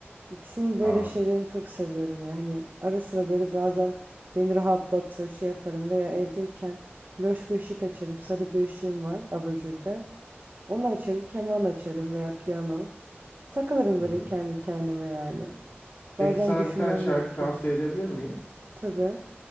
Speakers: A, on the right; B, on the left.
A: İkisinin böyle
B: Aa.
A: şeylerini çok seviyorum yani. Ara sıra böyle bazen beni rahatlatır, şey yaparım veya evdeyken loş bir ışık açarım. Sarı bir ışığım var abajurda. Onu açarım, keman açarım veya piyano. Takılırım
B: Hı
A: böyle
B: hı.
A: kendi kendime yani.
B: Peki
A: Bazen
B: sana
A: düşünmem
B: bir tane şarkı
A: gerekiyor.
B: tavsiye edebilir miyim?
A: Tabii.